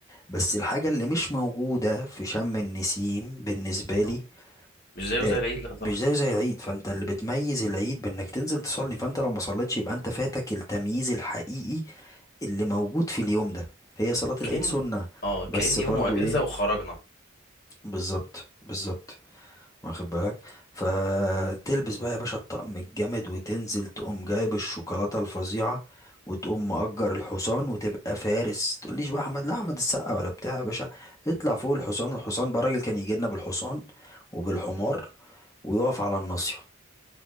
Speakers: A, on the left; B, on the left.
A: بس
B: م.
A: الحاجة اللي مش موجودة في شم النسيم بالنسبة
B: انه
A: لي
B: مش زيه
A: آه،
B: زي العيد لا طبعا
A: مش زيه زي العيد فانت اللي بتميز العيد بانك تنزل تصلي فانت لو ما صليتش يبقى انت فاتك التمييز الحقيقي اللي موجود في اليوم ده هي صلاة العيد
B: كأن
A: سنة
B: اه كأن
A: بس برضو
B: يوم اجازه
A: ايه
B: وخرجنا
A: بالظبط بالظبط واخد بالك فتلبس بقى يا باشا الطقم الجامد وتنزل تقوم جايب الشوكولاتة الفظيعة وتقوم مأجر الحصان وتبقى فارس تقوليش بقى احمد لا احمد السقا ولا بتاع يا باشا اطلع فوق الحصان الحصان بقى الراجل كان يجي لنا بالحصان وبالحمار ويقف على الناصية